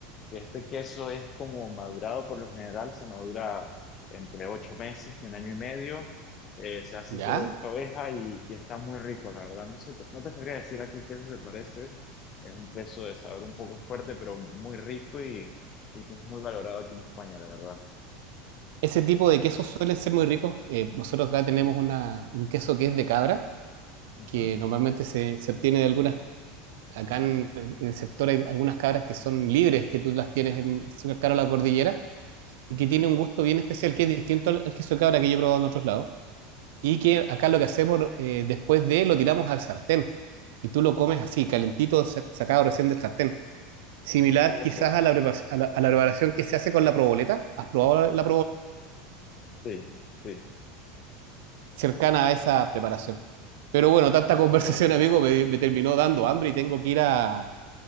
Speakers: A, on the left (about 30°); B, on the right (about 70°).
A: Y este queso es como madurado, por lo general se madura entre ocho meses y un año y medio. Eh, se hace
B: ¿Ya?
A: solo de esta oveja y, y está muy rico, la verdad. No sé, no te sabría decir aquí qué se parece. Es un queso de sabor un poco fuerte, pero muy rico y, y que es muy valorado aquí en España, la verdad.
B: Ese tipo de quesos suelen ser muy ricos. Eh, nosotros acá tenemos una, un queso que es de cabra,
A: Ujú,
B: que normalmente se, se obtiene de algunas, acá en, en el sector hay algunas cabras que son libres, que tú las tienes en, cercano a la cordillera, y
A: ujú.
B: que tiene un gusto bien especial, que es distinto al, al queso de cabra que yo he probado en otros lados y que acá lo que hacemos eh, después de lo tiramos al sartén y tú lo comes así, calentito, sacado recién del sartén. Similar
A: Oh,
B: quizás a la, a la, a la preparación que se hace con la proboleta. ¿Has probado la, la
A: sí, sí.
B: Cercana a esa preparación. Pero bueno, tanta
A: Ok.
B: <laughs> conversación, amigo, me, me terminó dando hambre y tengo que ir a,